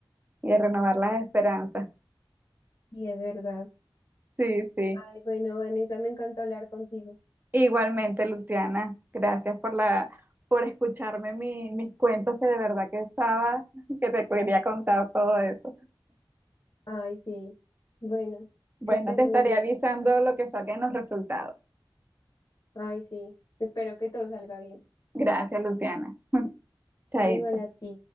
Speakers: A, on the right (about 25°); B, on the left (about 50°).
A: y a renovar las esperanzas.
B: Y es verdad.
A: Sí, sí.
B: Ay, bueno, Vanessa, me encanta hablar contigo.
A: Igualmente, Luciana, gracias por la, por escucharme mi- mis cuentos que de verdad que estaba, <laughs> que te quería contar todo eso.
B: Ay, sí. Bueno,
A: Bueno,
B: que estés
A: te
B: muy
A: estaré
B: bien.
A: avisando lo que salgan los resultados.
B: Ay, sí. Espero que todo salga bien.
A: Gracias, Luciana. <laughs> Chaito.
B: Igual a ti.